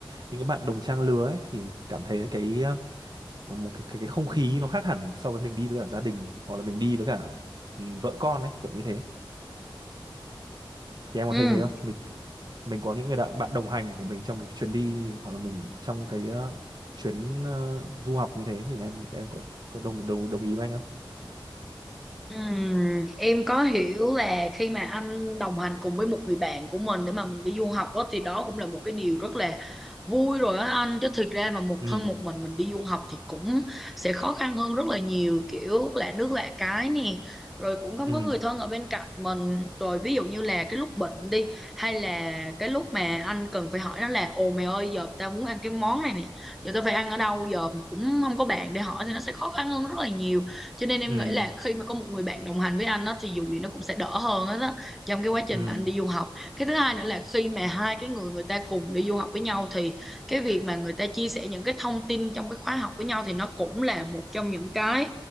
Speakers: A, on the right (about 55°); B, in the centre.
A: những cái bạn đồng trang lứa ấy thì cảm thấy cái ờ, một cái cái, cái không khí nó khác hẳn so với mình đi với cả gia đình hoặc là mình đi với cả ừ, vợ con ấy kiểu như thế thì em
B: Ừ.
A: có thấy thế không mình mình có những người đạ- bạn đồng hành của mình trong cái chuyến đi hoặc là mình trong cái ờ, chuyến ờ, du học như thế thì em em có có đồng đồng đồng ý với anh không
B: Ừm, em có hiểu là khi mà anh đồng hành cùng với một người bạn của mình để mà mình đi du học đó, thì đó cũng là một cái điều rất là vui rồi á anh chứ thực ra mà một
A: ừ
B: thân một mình mình đi du học thì cũng sẽ khó khăn hơn rất là nhiều kiểu lạ nước lạ cái nè rồi cũng không
A: ừ
B: có người thân ở bên cạnh mình rồi ví dụ như là cái lúc bệnh đi hay là cái lúc mà anh cần phải hỏi nó là ồ mày ơi giờ tao muốn ăn cái món này nè giờ tao phải ăn ở đâu giờ mà cũng không có bạn để hỏi thì nó sẽ khó khăn hơn rất là nhiều cho nên em
A: ừ
B: nghĩ là khi mà có một người bạn đồng hành với anh á, thì dù gì nó cũng sẽ đỡ hơn hết á trong cái quá trình
A: ừ
B: mà anh đi du học cái thứ hai nữa là khi mà hai cái người người ta cùng đi du học với nhau thì cái việc mà người ta chia sẻ những cái thông tin trong cái khóa học với nhau thì nó cũng là một trong những cái